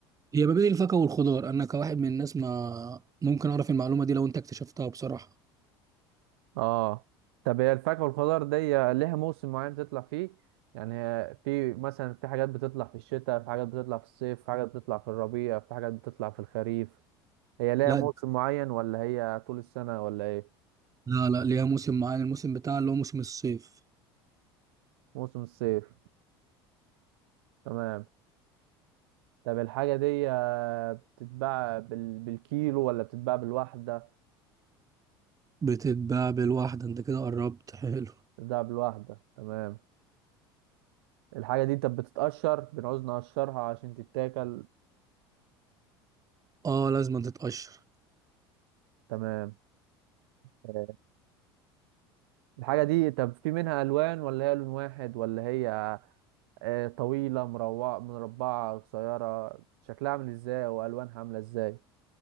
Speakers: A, on the right; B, on the right.
A: هي ما بين الفاكهة والخضار انا كواحد من الناس ما ممكن اعرف المعلومة دي لو انت اكتشفتها بصراحة
B: اه طب هي الفاكهة والخضار دي ليها موسم معين بتطلع فيه يعني هي في مثلا في حاجات بتطلع في الشتاء في حاجات بتطلع في الصيف في حاجات بتطلع في الربيع في حاجات بتطلع في الخريف هي ليها
A: لا
B: موسم معين ولا هي طول السنة ولا ايه
A: لا لا ليها موسم معين الموسم بتاعها اللي هو موسم الصيف
B: موسم الصيف تمام طب الحاجة دي آه، بتتباع بال... بالكيلو ولا بتتباع بالواحدة؟
A: بتتباع بالواحدة انت كده قربت حلو
B: بتتباع بالواحدة تمام الحاجة دي طب بتتقشر بنعوز نقشرها عشان تتاكل
A: اه لازم تتقشر
B: تمام آه، الحاجة دي طب في منها ألوان ولا هي لون واحد ولا هي آه، طويلة مروعة مربعة قصيرة شكلها عامل ازاي وألوانها عاملة ازاي